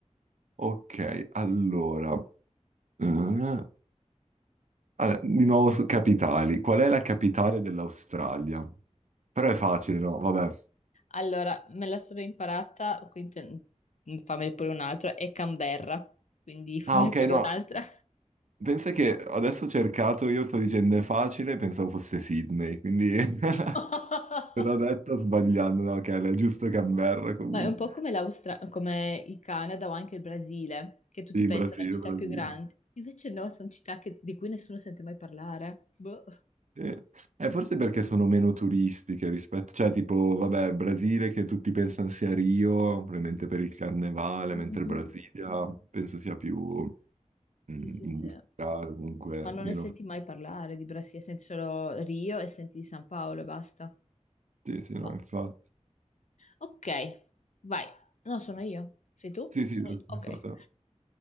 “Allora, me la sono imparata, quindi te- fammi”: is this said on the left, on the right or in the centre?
Left